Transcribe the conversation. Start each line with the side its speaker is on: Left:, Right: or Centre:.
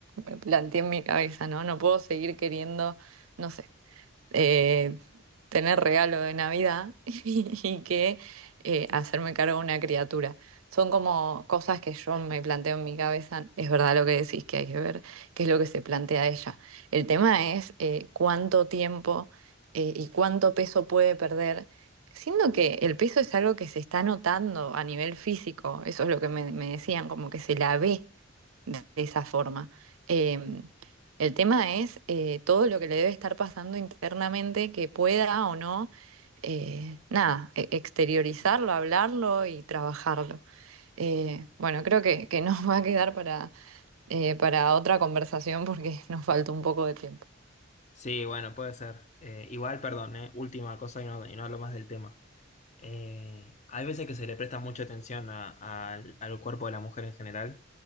Right: me planteé en mi cabeza, ¿no? No puedo seguir queriendo, no sé eh, tener regalo de Navidad <laughs> y que eh, hacerme cargo de una criatura. Son como cosas que yo me planteo en mi cabeza. Es verdad lo que decís, que hay que ver qué es lo que se plantea ella. El tema es eh, cuánto tiempo eh, y cuánto peso puede perder, siendo que el peso es algo que se está notando a nivel físico. Eso es lo que me, me decían, como que se la ve de esa forma. Em, el tema es eh, todo lo que le debe estar pasando internamente que pueda o no, eh, nada, e- exteriorizarlo, hablarlo y trabajarlo. Eh, bueno, creo que, que <laughs> nos va a quedar para, eh, para otra conversación porque <laughs> nos falta un poco de tiempo.
Left: Sí, bueno, puede ser. Eh, igual, perdón, eh, última cosa y no, y no hablo más del tema. Eh, hay veces que se le presta mucha atención a- al al cuerpo de la mujer en general.